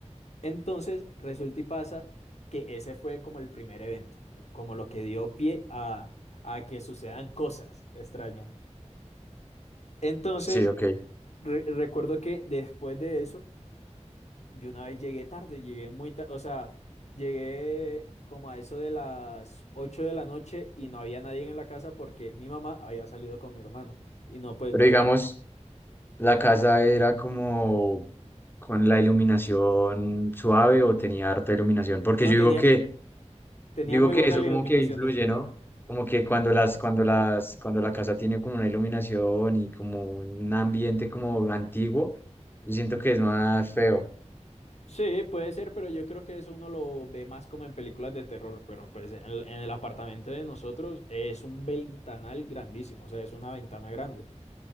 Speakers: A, on the left; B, on the left.
A: Entonces, resulta y pasa que ese fue como el primer evento, ¿no? como lo que dio pie a, a que sucedan cosas extrañas. Entonces,
B: Sí, ok.
A: re- recuerdo que después de eso, yo una vez llegué tarde, llegué muy tarde, o sea, llegué como a eso de las 8 de la noche y no había nadie en la casa porque mi mamá había salido con mi hermano y no, pues
B: Pero
A: no había,
B: digamos, la casa era como con la iluminación suave o tenía harta iluminación. Porque
A: no
B: yo
A: tenía,
B: digo que
A: tenía
B: Yo Digo
A: muy
B: que
A: buena
B: eso
A: iluminación,
B: como que influye,
A: discúlpame.
B: ¿no? Como que cuando las, cuando las, cuando la casa tiene como una iluminación y como un ambiente como antiguo, yo siento que es más feo.
A: Sí, puede ser, pero yo creo que eso uno lo ve más como en películas de terror, pero pues en el, en el apartamento de nosotros es un ventanal grandísimo, o sea, es una ventana grande.